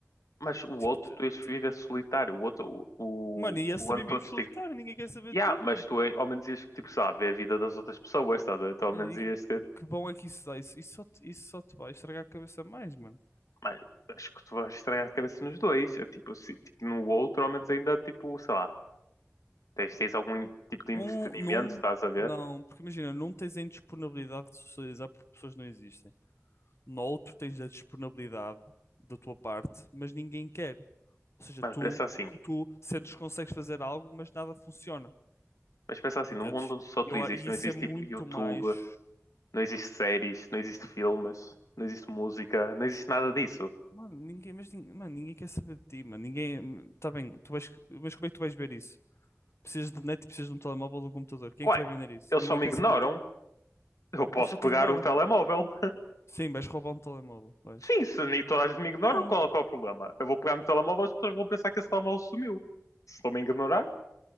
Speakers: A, on the left; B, on the left.
A: Mas o outro,
B: Tipo, te-
A: tu ias
B: te-
A: viver solitário. O outro, o, o,
B: mano, e esse
A: o
B: também
A: ano todos,
B: vive solitário,
A: tipo.
B: ninguém quer saber
A: Yeah,
B: de ti, mano.
A: mas tu eh, ao menos ias, tipo, sei lá, ver a vida das outras pessoas, estás a ver? Tu ao
B: Mano,
A: menos
B: e
A: ias ter.
B: que bom é que isso dá. Isso, isso só te, isso só te vai estragar a cabeça mais, mano.
A: Mas acho que tu vais estragar a cabeça nos dois. Eu, tipo, se- tipo, no outro, ao menos ainda, tipo, sei lá, tens, tens algum tipo de
B: Um,
A: entretenimento,
B: num,
A: estás a ver?
B: não. Porque imagina, num tens a indisponibilidade de socializar porque pessoas não existem. No outro tens a disponibilidade da tua parte, mas ninguém quer. Ou seja,
A: Mano,
B: tu,
A: pensa assim.
B: tu sentes que consegues fazer algo, mas nada funciona.
A: Mas pensa assim,
B: Entendes?
A: no mundo onde só tu
B: E, eu,
A: existes,
B: a- e
A: não
B: isso
A: existe,
B: é muito
A: tipo, YouTube,
B: mais.
A: não existe séries, não existe filmes, não existe música, não existe
B: que-
A: nada disso.
B: Mano, ninguém, mas, nin- mano, ninguém quer saber de ti, mano. Ninguém. hum, Tá bem, tu vais, mas como é que tu vais ver isso? Precisas de net e precisas de um telemóvel ou de um computador. Quem
A: Ué,
B: é que te vai vender isso?
A: eles
B: Ninguém
A: só me
B: quer
A: ignoram.
B: saber de ti.
A: Eu posso
B: Eles só
A: pegar
B: te ignoram.
A: um telemóvel.
B: Sim, vais roubar um telemóvel. Vais.
A: Sim, se nem toda a gente me ignora,
B: Não.
A: qual, qual é o problema? Eu vou pegar no telemóvel, as pessoas vão pensar que esse telemóvel sumiu. Se estão-me a ignorar,